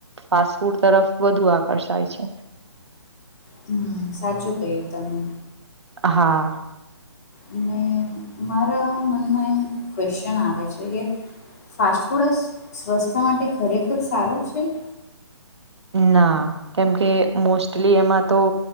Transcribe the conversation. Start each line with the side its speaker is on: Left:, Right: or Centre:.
Right: ફાસ્ટ ફૂડ તરફ વધુ આકર્ષાય છે.
Left: હમ્મ સાચું કહ્યું તમે.
Right: હા.
Left: અને મારા મનમાં એમ ક્વેશ્ચન આવે છે કે ફાસ્ટફૂડ જ સ્વસ્થય માટે ખરેખર સારું છે?
Right: ના. કેમકે મોસ્ટલી એમાં તો